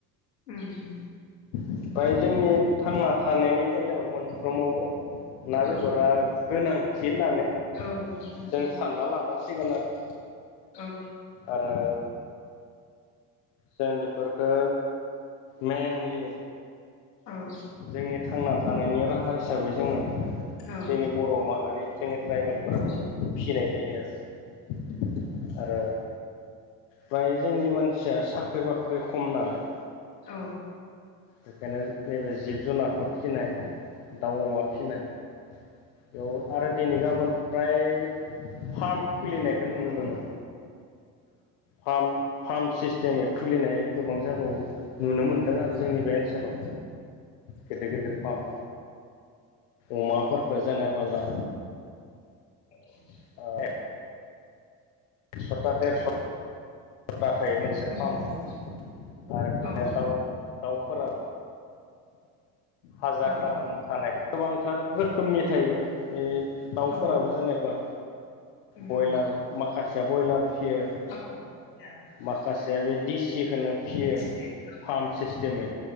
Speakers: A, on the left (about 75°); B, on the left (about 55°).
A: उम
B: ओमफ्राय जोंनि थांना थानायनि बेलायाव मोनफ्रोमावबो ना
A: औ
B: बेदरा गोनांथि होननानै
A: औ उम
B: जों सानना लानांसिगोन आरो।
A: औ
B: आरो जों बेफोरखो मेनलि
A: औ औ
B: जोंनि थांना थानायनि राहा हिसाबै जोङो
A: औ
B: जोंनि बर' माहारि जोंनि ट्राइबेलफोरा
A: औ औ
B: फिसिनाय जायो आरो आरो फ्राय जोंनि मानसिया साख्रि बाख्रि खम नालाय।
A: औ
B: बेखायनो नैबे जिब जुनारखौ फिनाय दाउ अमा फिनाय बेयाव आरो दिनै गाबोन फ्राय फार्म खुलिनायखौ नुनो मोनो। पाम पाम्प सिस्टेमै खुलिनाय गोबां जागायाव नुनो मोनदों आरो जोंनि बे ओनसोलाव गेदेर गेदेर फार्म अमाफोरफोरखो जेनेबाला
A: <unintelligible>
B: <inaudible> एकस'ता देरस' ता थायो मोनसे
A: उम
B: फार्माव
A: उम
B: आरो बिदिया
A: औ
B: दाउ दाउफोरा हाजारथाहाम
A: औ
B: थानाय गोबांथार रोखोमनि थायो बे दाउफोराबो
A: औ
B: जेनेबा।
A: उम
B: बयलार माखासेया ब्रयलार फियो।
A: औ <unintelligible>
B: माखासेया बे दिसिखोनो फियो
A: बिदि
B: फाम्प
A: औ
B: सिस्टेमै